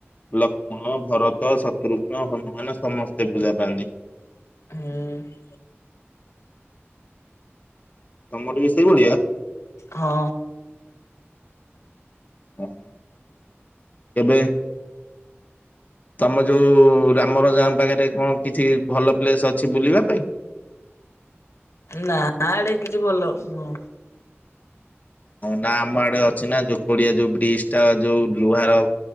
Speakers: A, on the left (about 35°); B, on the left (about 85°).
A: ଲକ୍ଷ୍ମଣ ଭରତ ଶତ୍ରୁଘ୍ନ ହନୁମାନ ସମସ୍ତେ ପୂଜା ପାଆନ୍ତି।
B: ହୁଁ।
A: ତମର ବି ସେଇ ଭଳିଆ।
B: ହଁ।
A: ଓହୋ କେବେ ତମ ଯୋଉ ରାମରଜା ଆମ ପାଖରେ କଣ କିଛି ଭଲ ପ୍ଲେସ ଅଛି ବୁଲିବା ପାଇଁ।
B: ନା ଆଡେ କିଛି ଭଲ ନୁହଁ।
A: ହଁ ନା ଆମ ଆଡେ ଅଛି ନା ଯୋକଡିଆ ଯୋଉ ବ୍ରିଜ୍ ତା ଯୋଉ ଲୁହାର